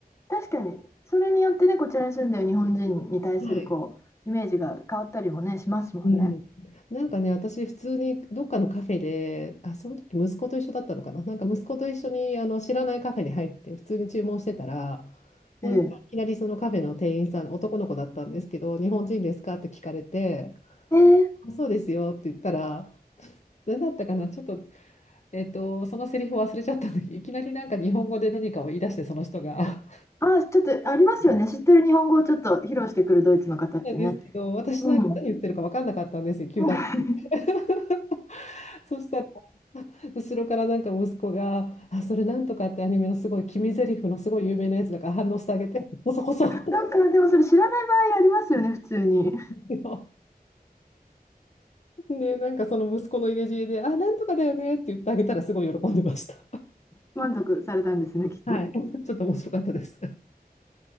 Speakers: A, on the left (about 15°); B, on the left (about 45°).
A: 確かに、それによってね、こちらに住んでる日本人に対するこう、
B: はい。
A: イメージが変わったりもね、しますもんね。
B: うん、なんかね、私、普通にどっかのカフェで、あ、その時息子と一緒だったのかな、なんか息子と一緒にあの知らないカフェに入って、普通に注文してたら、なんかいきなりそのカフェの店員さん、
A: ええ。
B: 男の子だったんですけど、日本人ですかって聞かれて、
A: ええ。
B: あそうですよって言ったら、何だったかな、ちょっと、えっと、そのセリフを忘れちゃったんだけど、いきなりなんか日本語で何かを言い出して、その人が。
A: あ、ちょっとありますよね。知ってる日本語をちょっと披露してくるドイツの方ってね。
B: なんですけど、私なんか何言ってるか分かんなかったんですよ、
A: うん。
B: 急だったんで。
A: <laughs>
B: <laughs> そしたら、後ろからなんか息子が、あ、それなんとかってアニメのすごい君ゼリフのすごい有名なやつだから反応してあげて、こそこそって
A: なんか、でもそれ知らない場合ありますよね、普通に。
B: 言うの。<laughs> で、なんかその息子の入れ知恵で、あ、なんとかだよねって言ってあげたらすごい喜んでました。
A: 満足されたんですね、きっと。
B: はい。<laughs> ちょっと面白かったです。